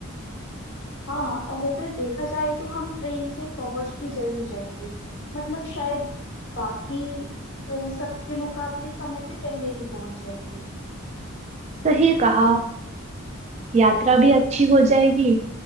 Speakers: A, on the left (about 60°); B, on the right (about 30°).
A: हाँ और अगर देखा जाए तो हम ट्रेन से पहुंच भी जल्दी जाएंगे मतलब शायद बाकी अ, सबके मुकाबले समय से पहले ही पहुंच जाएंगे
B: सही कहा यात्रा भी अच्छी हो जाएगी